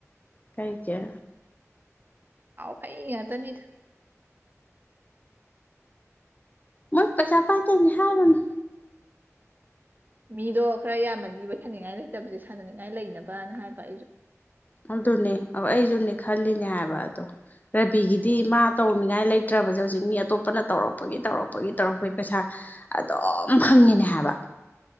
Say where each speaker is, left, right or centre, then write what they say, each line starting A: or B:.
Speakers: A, on the left; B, on the right.
A: ꯀꯩ ꯀꯦ
B: ꯐꯥꯏ ꯉ ꯇꯅꯤꯗ
A: ꯃꯣꯏ ꯄꯩꯁꯥ ꯄꯥꯏ ꯇꯅꯍꯦꯅ
B: ꯃꯤꯗꯣ ꯈꯔ ꯌꯥꯝꯃꯗꯤ ꯋꯥꯔꯤꯣꯏꯁꯥꯅꯤꯡꯉꯥꯏ ꯂꯩꯇꯕꯁꯦ ꯁꯥꯟꯅꯅꯤꯡꯉꯥꯏ ꯂꯩꯅꯕꯅ ꯍꯥꯏꯕ ꯑꯩꯁꯨ
A: ꯑꯗꯨꯅꯦ ꯑꯩꯁꯨꯅꯦ ꯈꯜꯂꯤꯅꯦ ꯍꯥꯏꯕ ꯑꯗꯣ ꯔꯕꯤꯒꯤꯗꯤ ꯃꯥ ꯇꯧꯅꯤꯡꯉꯥꯏ ꯂꯩꯇ꯭ꯔꯕꯁꯦ ꯍꯧꯖꯤꯛ ꯃꯤ ꯑꯇꯣꯞꯄꯅ ꯇꯧꯔꯛꯄꯒꯤ ꯇꯧꯔꯛꯄꯒꯤ ꯇꯧꯔꯛꯄꯒꯤ ꯄꯩꯁꯥ ꯑꯗꯨꯝ ꯐꯪꯉꯤꯅꯦ ꯍꯥꯏꯕ